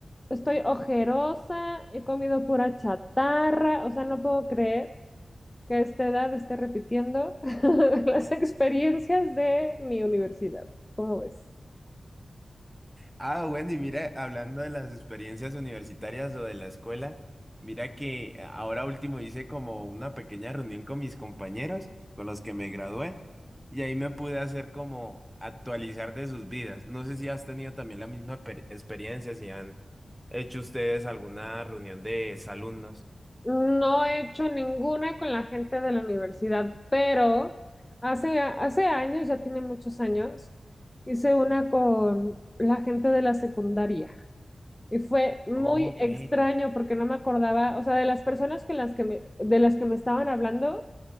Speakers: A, on the left; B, in the centre.
A: estoy ojerosa, he comido pura chatarra, o sea, no puedo creer que a esta edad esté repitiendo <laughs> las experiencias de mi universidad. ¿Cómo ves?
B: Ah, bueno, y mira, hablando de las experiencias universitarias o de la escuela, mira que ahora último hice como una pequeña reunión con mis compañeros, con los que me gradué, y ahí me pude hacer como actualizar de sus vidas. No sé si has tenido también la misma per- experiencia, si han hecho ustedes alguna reunión de exalumnos.
A: No he hecho ninguna con la gente de la universidad, pero hace, hace años, ya tiene muchos años, hice una con la gente de la secundaria. Y fue muy
B: Ok,
A: extraño porque no me acordaba, o sea, de las personas con las que me, de las que me estaban hablando,